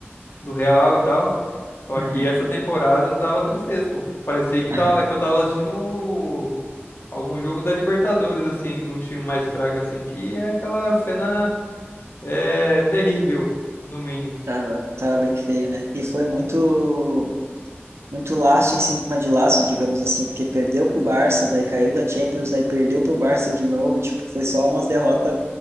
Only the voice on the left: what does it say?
do Real e tal. Só
que essa temporada dava tristeza, pô. Parecia que, tava,
que eu tava assistindo algum jogo da Libertadores, assim, de um time mais fraco, assim, que é aquela cena é, terrível, no mínimo.